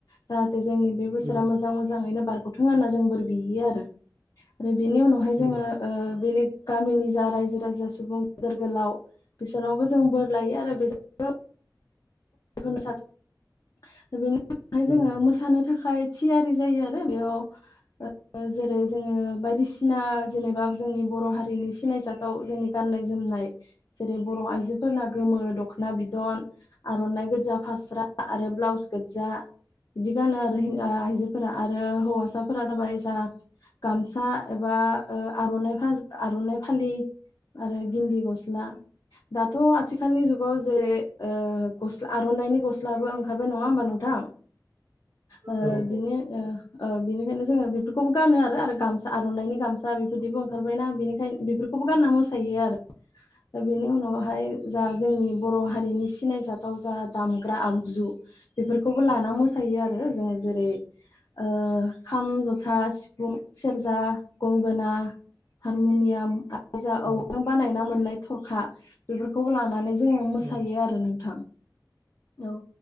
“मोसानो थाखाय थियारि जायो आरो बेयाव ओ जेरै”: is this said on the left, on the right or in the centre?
Left